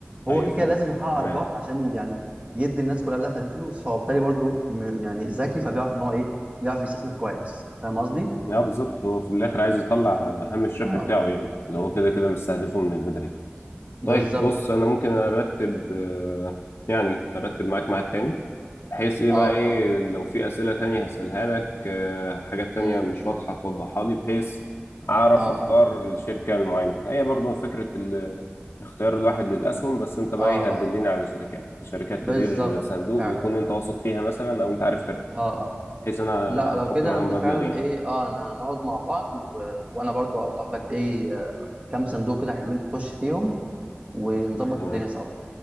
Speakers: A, on the right (about 30°); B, on the left (about 80°).
A: هو
B: ايوه
A: كده
B: فهمت
A: كده لازم يحقق
B: تمام
A: ارباح عشان ي- يعني يدي الناس كلها اللي خدت فلوس فهو بالتالي برضه م- يعني ذكي فبيعرف ان هو ايه يعرف يستثمر كويس فاهم قصدي؟
B: اه بالظبط هو في الاخر عايز يطلع آه، هامش الربح
A: اه
B: بتاعه يعني اللي هو كده كده مستهدفه من البدايه
A: بالظبط
B: طيب بص انا ممكن ارتب آه، يعني ارتب معاك ميعاد تاني بحيث ايه
A: اه
B: بقى ايه
A: اه
B: لو في اسئله تانية هسألها لك آه، حاجات تانية
A: امم
B: مش واضحه توضحها لي بحيث اعرف
A: اه
B: اختار
A: اه
B: الشركه المعينه هي برضو فكره ال- اختيار الواحد للاسهم بس انت بقى
A: اه
B: ايه هتدلني
A: اه
B: على شركات شركات
A: بالظبط
B: تدير صندوق
A: فعلا
B: ويكون انت واثق فيها مثلا او انت عارف تاريخها
A: اه آه.
B: بحيث انا
A: لا لو
B: هحط
A: كده
B: معاهم
A: انت
B: مبلغ
A: فعلا
B: يعني
A: ايه اه انا نقعد مع بعض و... وانا برضو اوضح لك ايه آه، كام صندوق كده حلوين تخش فيهم ونظبط
B: تمام
A: الدنيا سوا